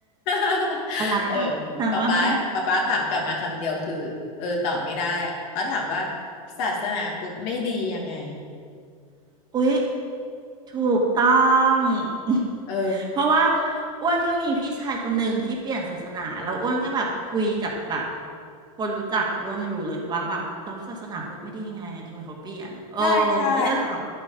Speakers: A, on the left (about 50°); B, on the right (about 20°).
A: <laughs>
B: อะไรอ่ะนางว่าไง
A: เออป๊าป๊าป๊าป๊าถามกลับมาคำเดียวคือเออตอบไม่ได้อะป๊าถามว่าศาสนาพุทธไม่ดียังไง
B: <laughs> อุ๊ยถูกต้อง <laughs>
A: เออ
B: เพราะว่าอ้วนก็มีพี่ชายคนหนึ่งที่เปลี่ยนศาสนาแล้วอ้วนก็แบบคุยกับแบบคนรู้จักอ้วนอยู่เลยว่าแบบแล้วศาสนาพุทธไม่ดียังไงอะทำไมเขาเปลี่ยนเออ
A: ใช่ใช่
B: ก็จะถาม